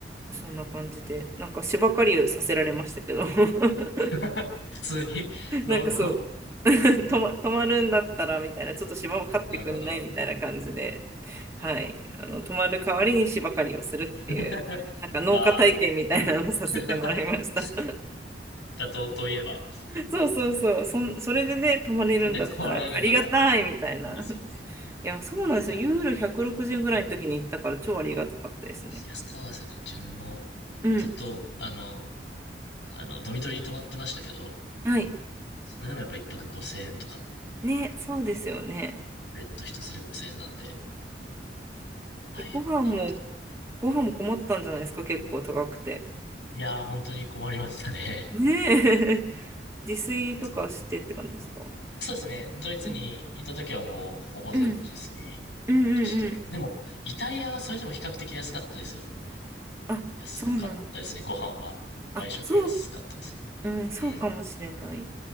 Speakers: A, on the right (about 15°); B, on the left (about 90°).
A: う、そんな感じで。なんか芝刈りをさせられましたけど。<laughs>
B: <laughs> 普通に、労働。
A: なんかそう。<laughs> 泊ま、泊まるんだったらみたいな、ちょっと芝を刈ってくんないみたいな感じで
B: なるほど。
A: はい、あの泊まる代わりに芝刈りをするっていうなんか農家体験みたいなのをさせてもらいました
B: <laughs> まあ、<laughs> 妥当といえば、
A: <laughs> そうそうそうそん、それでね泊まれるんだったらありがたいみたいな
B: それで終わられるならいいですよね。
A: いやそうなんですよユーロ160ぐらいの時に行ったから超ありがたかったですね
B: いや、いや、そうですよね。自分も
A: うん
B: ずっと、あの、あの、ドミトリー泊まってましたけど、
A: はい
B: それでもやっぱ一泊5000円とか、
A: ねそうですよね
B: ベッド一つで5000円なんで、大変だなぁと。
A: えご飯もご飯も困ったんじゃないですか結構高くて
B: いやー、本当に困りましたね。
A: ねえ <laughs> 自炊とかしてって感じですか
B: <laughs> ずそうですね。ドイツに行った時はもう、
A: うん
B: ほぼ全部自炊
A: うんうんうんうん
B: でしたけど、でも、イタリアはそれでも比較的安かったですよね。
A: あそうなん
B: 安かったですね、ご飯は。外食安かったですね。
A: あ、そう、うん、そうかもしれない。
B: うん。